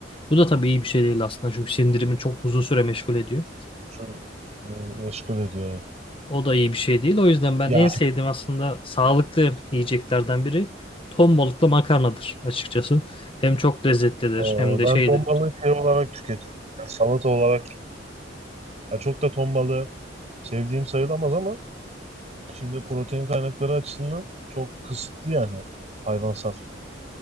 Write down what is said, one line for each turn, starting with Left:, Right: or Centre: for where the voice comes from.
Left: Bu da tabii iyi bir şey değil aslında çünkü sindirimi çok uzun süre meşgul ediyor.
Right: Şu e, meşgul ediyor. ya.
Left: O da iyi bir şey değil. O yüzden ben
Right: Ya
Left: en sevdiğim aslında sağlıklı yiyeceklerden biri ton balıklı makarnadır açıkçası. Hem çok lezzetlidir
Right: o,
Left: hem de
Right: ben
Left: şeydir.
Right: ton balığı şey olarak tüketiyorum. ya, salata olarak tüketiyorum. Ya çok da ton balığı sevdiğim sayılamaz ama şimdi protein kaynakları açısından çok kısıtlı yani hayvansal.